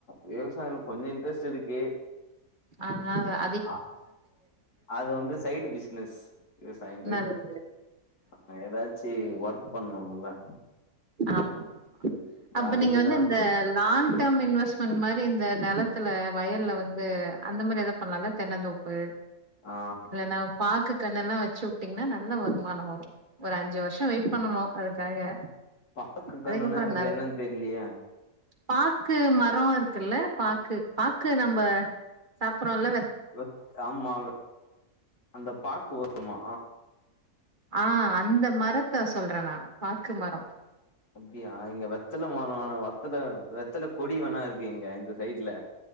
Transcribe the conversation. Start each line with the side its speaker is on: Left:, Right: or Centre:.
Left: விவசாயம்ல கொஞ்சோ இன்ட்ரெஸ்ட் இருக்கு
Right: ஆனா அத
Left: அ அது வந்து சைடு பிசினஸ் விவசாயது
Right: நல்லது
Left: ஆ எதாச்சு ஒர்க் பண்ணனும்ல
Right: ஆமா ஆமா அப்ப
Left: அதுக்குதா
Right: நீங்க வந்து அந்த லாங் டேர்ம் இன்வெஸ்ட்மெண்ட் மாரி இந்த நெலத்துல வயல்ல வந்து அந்த மாரி எதா பண்லால தென்னந்தோப்பு
Left: ஆ
Right: இல்லன்னா பாக்கு கண்ணுலா வச்சு உட்டீங்கனா நல்ல வருமானோ வரு ஒரு அஞ்சு வர்ஷோ வெயிட் பண்ணனு அதுக்காக
Left: பாக்கு
Right: அதுக்கப்புறோ
Left: கண்ணுனா எனக்கு
Right: நல்
Left: என்னனு தெர்லியே
Right: பாக்கு மரோ இருக்குல்ல பாக்கு பாக்கு நம்ப சாப்புர்றோல
Left: வெத் ஆமா அந்த பாக்கு வருமா
Right: ஆ அந்த மரத்த சொல்றே நா பாக்கு மரோ
Left: அப்டியா இங்க வெத்தல மரோ வேணா வத்தல வெத்தல கொடி வேணா இருக்கு இங்க இந்த சைட்ல